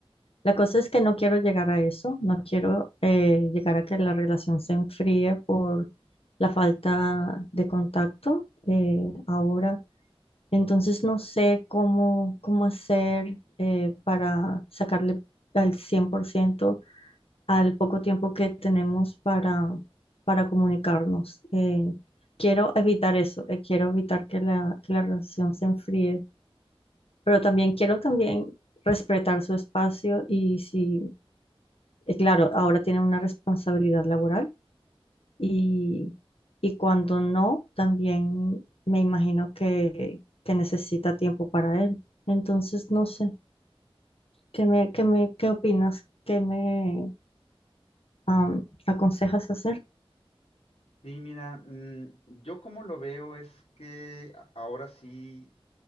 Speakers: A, on the left; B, on the left.
A: La cosa es que no quiero llegar a eso, no quiero eh, llegar a que la relación se enfríe por la falta de contacto eh, ahora. Entonces no sé cómo, cómo hacer eh, para sacarle al 100% al poco tiempo que tenemos para, para comunicarnos. Eh, quiero evitar eso, eh, quiero evitar que la, que la relación se enfríe, pero también quiero también respetar su espacio y si eh, claro, ahora tienen una responsabilidad laboral y, y cuando no, también me imagino que, que necesita tiempo para él. Entonces, no sé, ¿qué me, qué me, qué opinas? ¿Qué me am, aconsejas hacer?
B: Sí, mira, mm, yo como lo veo es que a- ahora sí